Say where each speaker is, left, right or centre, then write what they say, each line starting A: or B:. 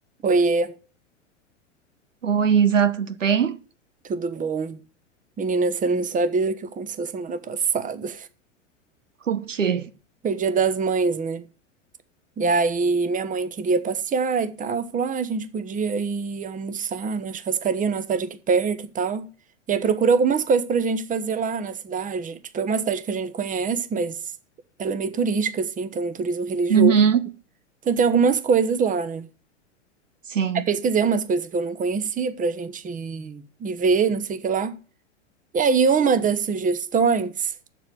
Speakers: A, on the right; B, on the right.
A: Oiê,
B: Oi, Isa, tudo bem?
A: tudo bom? Menina, você não sabe o que aconteceu semana passada.
B: O quê?
A: Foi dia das mães, né? E aí minha mãe queria passear e tal, falou, ah, a gente podia ir almoçar na churrascaria, na cidade aqui perto e tal. E aí procura algumas coisas pra gente fazer lá na cidade. Tipo, é uma cidade que a gente conhece, mas ela é meio turística, assim, tem um turismo religioso.
B: Uhum.
A: Então tem algumas coisas lá, né?
B: Sim.
A: Aí pesquisei umas coisas que eu não conhecia pra gente ir ir ver, não sei o que lá. E aí uma das sugestões...